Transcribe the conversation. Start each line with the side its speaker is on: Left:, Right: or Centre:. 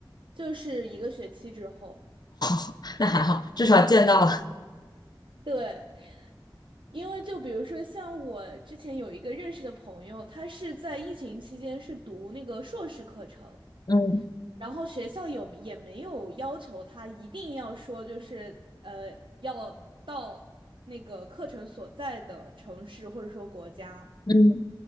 Right: 就是一个学期之后。
Left: <laughs> 那还好，至少见到了。
Right: 对，因为就比如说像我之前有一个认识的朋友，他是在疫情期间是读那个硕士课程，
Left: 嗯
Right: 然后学校有也没有要求他一定要说就是呃要到那个课程所在的城市或者说国家。
Left: 嗯